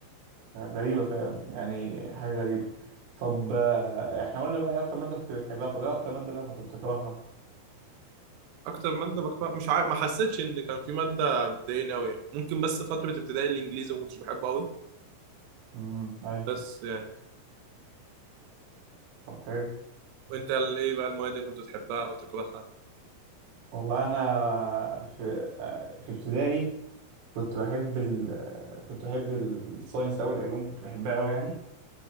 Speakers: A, on the right; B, on the right.
A: غريبة فعلا يعني حاجة غريبة طب آه، احنا قلنا بقى ايه اكتر مادة كنت بتحبها طب ايه اكتر مادة بقى كنت بتكرهها
B: اكتر ماده بكره مش عارف ما حسيتش ان كان في ماده بتضايقني قوي ممكن بس فتره ابتدائي الانجليزي ما كنتش بحبه قوي
A: امم ايوه
B: بس يعني
A: طب حلو
B: وانت ال- ايه بقى المواد اللي كنت بتحبها او تكرهها
A: والله انا في آه، في ابتدائي كنت بحب ال كنت بحب ال- الساينس أوي العلوم كنت بحبها أوي يعني